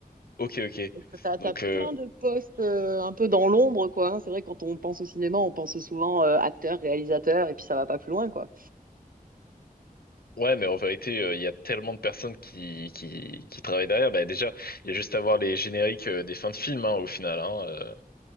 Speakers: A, on the left; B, on the right.
A: ok, ok.
B: Donc, tu
A: Donc,
B: as,
A: euh,
B: plein de postes euh, un peu dans l'ombre, quoi. hein. C'est vrai, quand on pense au cinéma, on pense souvent euh, acteur, réalisateur, et puis ça va pas plus loin, quoi.
A: ouais, mais en vérité, euh, il y a tellement de personnes qui, qui, qui travaillent derrière. Bah, déjà, il y a juste à voir les génériques euh, des fins de films, hein, au final. Hein, euh.